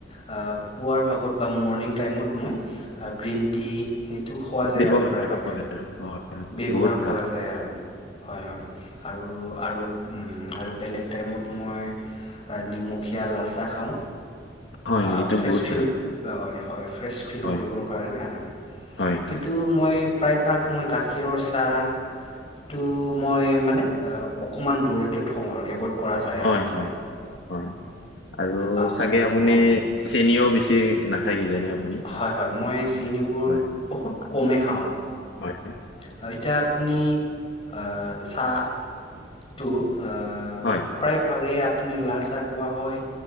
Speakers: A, on the left (about 30°); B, on the left (about 70°).
A: পুৱাৰ ভাগত বা মৰ্ণিং টাইমত মই গ্ৰীণ টি- হেইটো খোৱা যায়
B: ব্যৱহাৰ
A: আৰু প্ৰায়ভাগে।
B: <unintelligible>
A: ব্যৱহাৰ
B: ভাল
A: কৰা যায় আৰু। হয়, হয়। আৰু, আৰু, উম আৰু বেলেগ টাইমত মই এ নিমখীয়া লালচাহ খাওঁ।
B: হয়,
A: আ
B: এইটো
A: ফ্ৰে
B: বহুত
A: ফিল
B: ভাল।
A: অ', হয়, হয় ফ্ৰেছ ফিল
B: হয়,
A: কৰিবৰ কাৰণে আৰু
B: হয়, হয়,
A: কিন্তু মই প্ৰায়ভাগ মই গাখীৰৰ চাহ টো মই মানে অকণমান দূৰতে থওঁ আৰু এভইড কৰা যায়
B: হয়,
A: আৰু মোৰ।
B: হয়, হয়, আৰু
A: আহ, মানে
B: চাগে
A: মোৰ
B: আপুনি চেনও বেছি নাখায় কিজানি আপুনি?
A: হয়, হয়, মই চেনবোৰ
B: হয়,
A: বহুত কমেই খাওঁ।
B: হয়।
A: হয়, এতিয়া আপুনি আ চাহটো আ
B: হয়।
A: প্ৰায়ভাগে আপুনি লালচাহ কোৱা হয়